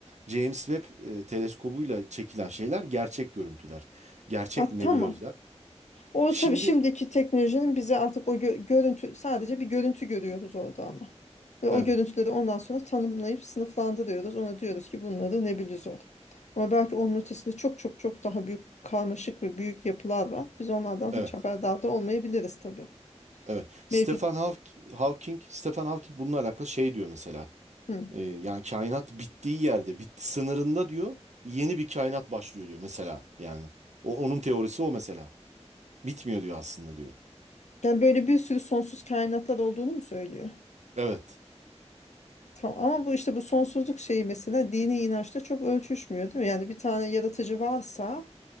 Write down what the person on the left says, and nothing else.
Ah,
tamam. O
tabii şimdiki teknolojinin bize artık o gö- görüntü sadece bir görüntü görüyoruz orada ama. Ve o
görüntüleri ondan sonra tanımlayıp sınıflandırıyoruz. Ona diyoruz ki bunları nebulizör. Ama belki onun ötesinde çok çok çok daha büyük karmaşık ve büyük yapılar var. Biz onlardan
hiç haberdar da olmayabiliriz tabii.
Mevcut.
Hı.
Yani böyle bir sürü sonsuz kainatlar olduğunu mu söylüyor?
Tamam ama bu işte bu sonsuzluk şeyi mesela dini inançta çok ölçüşmüyor değil mi? Yani bir tane yaratıcı varsa